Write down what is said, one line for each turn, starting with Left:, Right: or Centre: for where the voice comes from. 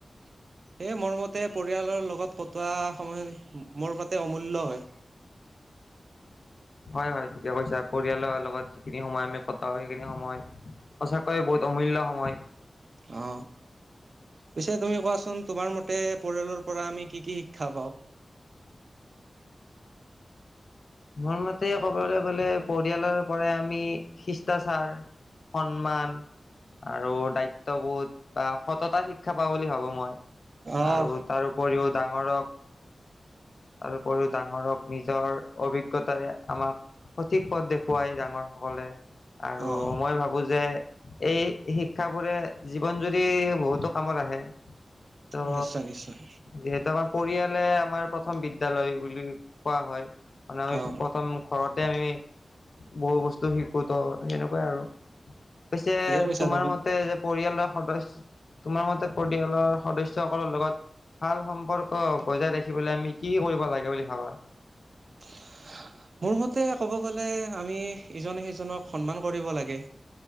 Right: সেয়ে মোৰ মতে পৰিয়ালৰ লগত কটোৱা সময় মোৰ মতে অমূল্য হয়। <inaudible>
Left: হয় হয় ঠিকে কৈছা পৰিয়ালৰ লগত যিখিনি সময় আমি কটাও সেইখিনি সময়। সঁচাকৈয়ে বহুত অমূল্য সময়
Right: অ পিছে তুমি কোৱাচোন তোমাৰ মতে পৰিয়ালৰ- পৰা আমি কি কি শিক্ষা পাওঁ-
Left: মোৰ মতে ক'বলৈ গ'লে পৰিয়ালৰ পৰা আমি শিষ্টাচাৰ স- সন্মান আৰু দায়িত্ববোধ বা সততা শিক্ষা পাওঁ বুলি ভাবো- মই
Right: অ',
Left: আৰু তাৰপৰিও ডাঙৰক- তাৰ উপৰিও ডাঙৰক নিজৰ অভিজ্ঞতাৰে আমাক- সঠিক পথ দেখুৱাই ডাঙৰ সকলে আৰু
Right: অ',
Left: মই ভাবো যে। এই শিক্ষাবোৰে জীৱন জুৰি বহুতো কামত আহে ত
Right: নিশ্চয় নিশ্চয়
Left: যিহেতু আমাৰ পৰিয়ালে আমাৰ প্ৰথম বিদ্যালয় বুলি কোৱা হয় মানে আমি
Right: অ',
Left: প্ৰথম ঘৰত তাতে আমি বহু বস্তু শিকো ত সেনেকোৱাই আৰু পিছে
Right: ঠিকে কৈছা
Left: তোমাৰ
Right: তুমি।
Left: মতে যে পৰিয়ালৰ সদস্য তোমাৰ মতে পৰিয়ালৰ সদস্য সকলৰ লগত ভাল সম্পৰ্ক বজাই ৰাখিবলৈ আমি কি কৰিব লাগে বুলি ভাবা
Right: <unintelligible> <inaudible> মোৰ মতে ক'ব গলে আমি ইজনে সিজনক সন্মান কৰিব লাগে